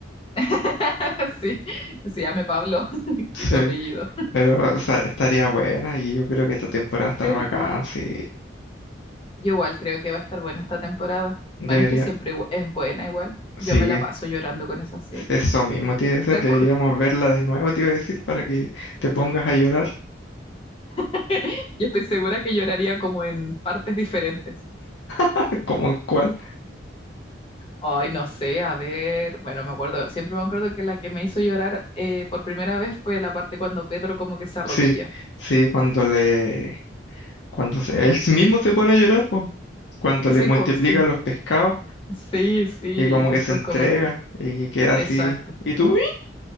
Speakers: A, on the left; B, on the left.
A: <laughs> Sí. Que se llame Pablo <laughs>
B: sí,
A: y tu apellido.
B: pero o sea, estaría buena y yo creo que esta temporada va a estar
A: ¿Cierto?
B: bacán, sí,
A: Yo igual creo que va a estar buena esta temporada.
B: debería,
A: Bueno, es que siempre igu- es buena igual.
B: sí,
A: Yo me la paso llorando con esa serie.
B: eso mismo tiene que ser,
A: de acuerdo
B: deberíamos verla de nuevo, te iba a decir, para que te pongas a llorar,
A: <laughs> Yo estoy segura que lloraría como en partes diferentes.
B: <laughs> como en cuál,
A: Ay, no sé, a ver. Bueno, me acuerdo, siempre me acuerdo que la que me hizo llorar eh, por primera vez fue la parte cuando Pedro como que se arrodilla.
B: sí, sí, cuando le, Cuando se- él mismo se pone a llorar, pues, cuando
A: Sí,
B: le multiplica
A: pues sí.
B: los pescados
A: Sí, sí.
B: y como
A: y Después
B: que se entrega
A: como que.
B: y queda
A: Exacto.
B: así. ¿Y tú? ¡uy!